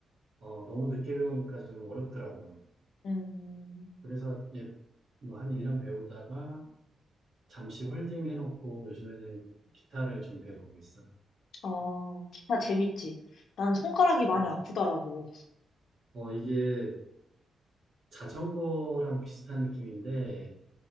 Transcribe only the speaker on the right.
어, 너무 늦게 배우니까 좀 어렵더라고.
그래서 뭐한 1년 배우다가 잠시 홀딩 해놓고 요즘에는 기타를 좀 배우고 있어.
음.
어, 이게 자전거랑 비슷한 느낌인데,